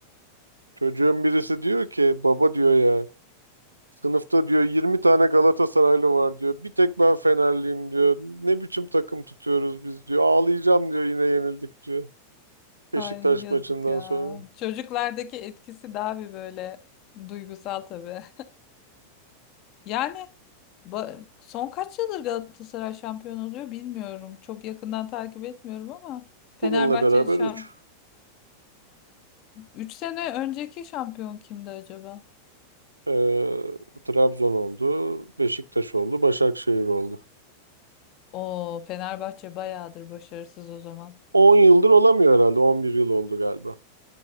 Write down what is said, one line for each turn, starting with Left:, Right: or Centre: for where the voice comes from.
Right: Çocuğun birisi diyor ki baba diyor ya sınıfta diyor 20 tane Galatasaraylı var diyor. Bir tek ben Fenerliyim diyor. Ne biçim takım tutuyoruz biz diyor. Ağlayacağım diyor yine yenildik diyor.
Left: <laughs>
Right: Beşiktaş
Left: Ay yazık
Right: maçından
Left: ya.
Right: sonra.
Left: Çocuklardaki etkisi daha bir böyle duygusal tabii. Yani ba- son kaç yıldır Galatasaray şampiyon oluyor bilmiyorum. Çok yakından takip etmiyorum ama Fenerbahçe'nin
Right: Bununla beraber
Left: şampiyon
Right: 3.
Left: 3 sene önceki şampiyon kimdi acaba?
Right: Ee, Trabzon oldu, Beşiktaş oldu, Başakşehir oldu.
Left: O Fenerbahçe bayağıdır başarısız o zaman.
Right: On yıldır olamıyor herhalde. on bir yıl oldu galiba.